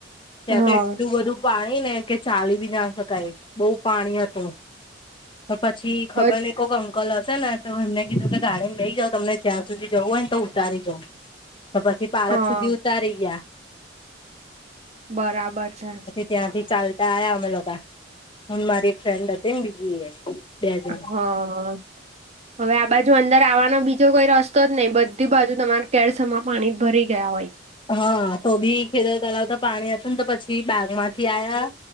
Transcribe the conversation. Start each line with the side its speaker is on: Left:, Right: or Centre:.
Left: ત્યાં
Right: હા
Left: તો એટલું બધું પાણી ને કે ચાલી બી ના શકાય બહુ પાણી હતું તો પછી ખબર
Right: બટ
Left: ને કોકમ કલ હશેને તો એમને કીધું કે ગાડીને લઈ જાવ તમને જ્યાં સુધી જવું હોયને તો ઉતારી જાઉ તો પછી પાલક
Right: હા
Left: સુધી ઉતારી ગયા
Right: બરાબર છે,
Left: ત્યાં થી ચાલતા આયા અમે લોકો હું મારી ફ્રેન્ડ હતી ને બીજી એ બે જણ
Right: હા હવે આ બાજુ અંદર આવવાનો બીજો કોઈ રસ્તો જ નહી બધી બાજુ તમારા કેળસમા પાણી ભરી ગયા હોય
Left: હા તો બી ખેડ તળવતા પાણી હતું ને તો પછી બાગ માંથી આયા